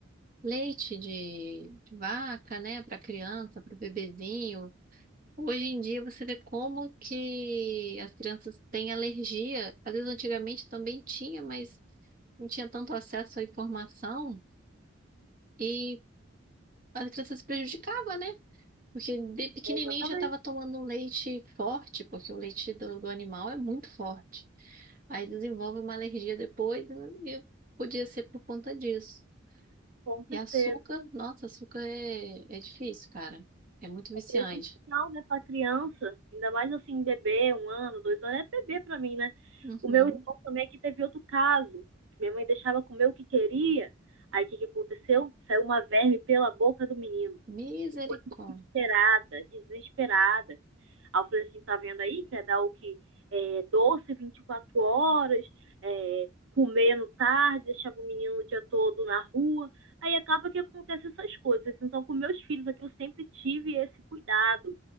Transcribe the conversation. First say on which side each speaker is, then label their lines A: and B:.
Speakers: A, on the right (about 45°); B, on the right (about 75°).
A: leite de, de vaca, né, para criança, para o bebezinho. Hoje em dia você vê como que as crianças têm alergia. Às vezes antigamente também tinha, mas não tinha tanto acesso à informação e as crianças se prejudicavam, né? Porque de pequenininho
B: Exatamente,
A: já estava tomando um leite forte, porque o leite do, do animal é muito forte. Aí desenvolve uma alergia depois né? e podia ser por conta disso.
B: com certeza.
A: E açúcar, nossa, açúcar é, é difícil, cara. É muito viciante.
B: É prejudicial, né, pra criança. Ainda mais assim, um bebê, um ano, dois anos, é bebê pra mim, né?
A: Uhum.
B: O meu irmão também aqui teve outro caso. Minha mãe deixava comer o que queria. Aí o que, que aconteceu? Saiu uma verme pela boca do menino.
A: Misericórdia.
B: Ficou desesperada, desesperada. Aí eu falei assim, tá vendo aí que é dar o que? É, doce 24 horas, é, comendo tarde, deixava o menino o dia todo na rua. Aí acaba que acontece essas coisas. Então, com meus filhos aqui, eu sempre tive esse cuidado